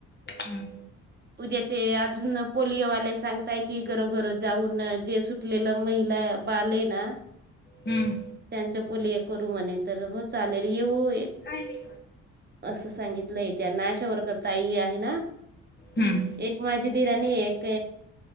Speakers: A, on the left; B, on the right.
A: हम्
B: उद्या ते अजून पोलिओवाले सांगताय की घरोघरो जाऊन जे सु लेलं, महिला बाळ आहे ना
A: हम्म
B: त्यांच्या पोलिओ करू म्हणे तर हो चालेल येऊ या
A: काय रे.
B: असं सांगितलंय त्याना आशा वर्कर ताई आहे ना.
A: हम्म
B: एक माझी दीरानी आणि एक